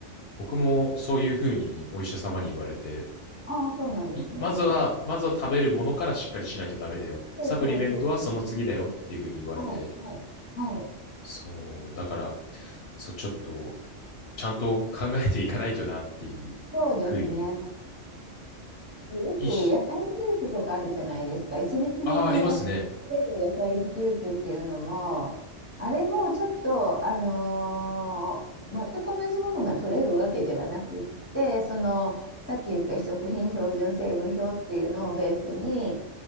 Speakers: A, on the left; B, on the left.
A: 僕もそういうふうにお医者様に言われて、
B: ああ、そうなんですね。
A: んまずは、まずは食べるものからしっかりしないとダメだよ。
B: うんそうそうそうそ
A: サプリメントはその次だよっていうふうに言われて、
B: う。はい、はい。はい
A: そう、だから、そう、ちょっと、ちゃんと考えていかないとなっていうふうに、
B: そうですね。よく野菜ジュースとかあるじゃないですか。
A: いし、
B: 1日分の野菜、
A: ああ、ありますね。
B: 取れる野菜ジュースっていうのも、あれもちょっと、あのー全く同じものが取れるわけではなくって、その、さっき言った非食品標準成分表っていうのをベースに、